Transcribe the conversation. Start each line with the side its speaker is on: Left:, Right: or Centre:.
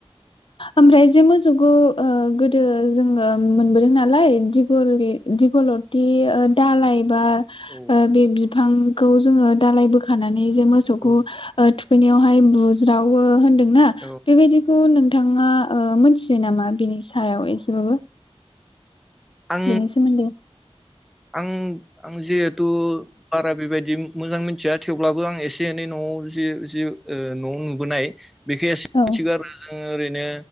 Left: ओमफ्राय जे मोसौखौ ओ गोदो जोङो मोनबोदों नालाय दिगलिथि ओ दालाय बा
Centre: औ
Left: बे बिफांखौ जोङो दालाय बोखाना नै जे मोसौखौ
Centre: औ
Left: ओ थु खैनायावहाय बुज्रावो होन दोंना बेबायदि
Centre: औ
Left: खौ नों थाङा ओ मोनथियो नामा बिनि सायाव एसेबाबो।
Centre: आं
Left: बेनि सोमोन्दै
Centre: आं आं जिहेथु बारा बेबायदि मोजां मिथिया थेवब्लाबो आं एसे एनै न'आव जि जि ओ न'आव नुबोनाय <unintelligible>
Left: औ
Centre: ओरैनो